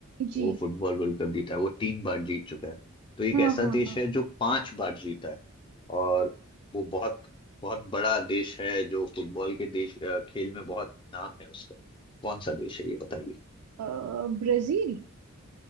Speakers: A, on the right; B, on the left.
A: जी
B: वो फुटबॉल वर्ल्ड कप जीता है वो तीन बार जीत चुका है तो एक
A: हाँ
B: ऐसा
A: हाँ
B: देश
A: हाँ
B: है जो पांच बार जीता है और वो बहुत बहुत बड़ा देश है जो फुटबॉल के देश अ, खेल में बहुत नाम है उसका कौन सा देश है ये बताइए
A: अ, ब्राजील